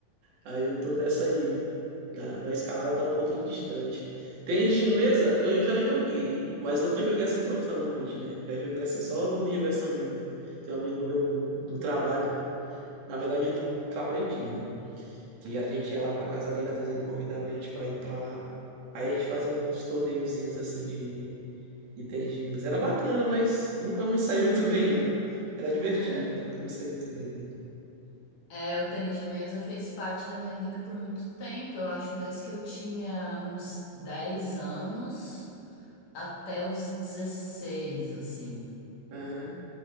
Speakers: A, on the right (about 90°); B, on the left (about 55°).
A: Aí eu tô nessa aí. Da, da escalada tá um pouquinho distante. Tênis de mesa, eu já joguei, mas nunca joguei assim profissionalmente, né? Já joguei assim só por diversão mesmo. Tem um amigo meu do trabalho, na verdade do trabalho antigo, né? Que a gente ia lá pra casa dele, às vezes ele convidava a gente pra ir pra lá. Aí a gente fazia uns torneiozinhos assim de, de tênis de mesa. Era bacana, mas nunca me saiu muito bem, não. Era divertido,
B: <laughs>
A: mas nunca me saiu muito bem, né?
B: É, o tênis de mesa fez parte da minha vida por muito tempo. Eu acho desde que eu tinha uns dez anos. até os 16, assim.
A: Aham.